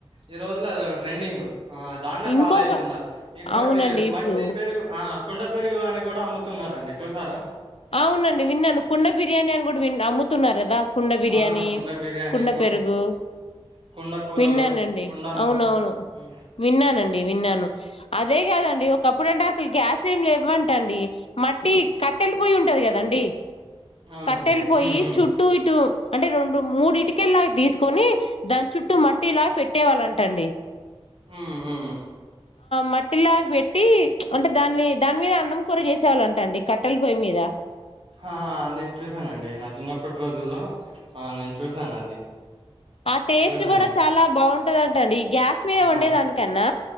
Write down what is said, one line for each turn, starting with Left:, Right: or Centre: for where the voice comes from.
Right: ఈ రోజుల్లో అద ట్రెండింగ్ ఆ దాన్నే
Left: ఇంకొక
Right: ఫాలో అయితున్నారు ఇంకోటి
Left: అవునండి ఇప్పుడు
Right: మట్టి పెరుగు ఆ కుండ పెరుగు అని కూడా అమ్ముతున్నారంండి చూసారా
Left: అవునండి విన్నాను కుండ బిర్యానీ అని కూడా వి అమ్ముతున్నారు కదా కుండ బిర్యానీ
Right: ఆహా కుండ బిర్యానీ
Left: కుండ పెరుగు
Right: కుండ కూరలు
Left: విన్నానండి
Right: కుండ అన్నం
Left: అవునవును
Right: మ్మ్
Left: విన్నానండి విన్నాను అదే కాదండి ఒకప్పుడు అంటే అసలు గ్యాస్ ఇవ్వంటండి మట్టి క బట్టెళ్ళి పోయి ఉంటది కదండి
Right: అవునండి
Left: కట్టెలు పోయి
Right: మ్మ్ మ్మ్
Left: చుట్టూ ఇటు అంటే రెండు మూడు ఇటుకేలు లాగా తీసుకొని దాని చుట్టూ మట్టిలాగా పెట్టే వాళ్ళంటండి
Right: ఉ ఆ
Left: మట్టిలా పెట్టి అంటే దాన్ని దాని మీద అన్నం కూడా చేసేవాళంటండి క అటల్ బయ్ మీద
Right: ఆ నేను చూసానండి నా చిన్నప్పటి రోజుల్లో ఆ నేను చూసాను అది
Left: ఆ టేస్ట్
Right: చూసాను
Left: కూడా చాలా బాగుంటుంది ండి ఈ గ్యాస్ మీద
Right: అబ్బా
Left: ఉండేదానికన్నా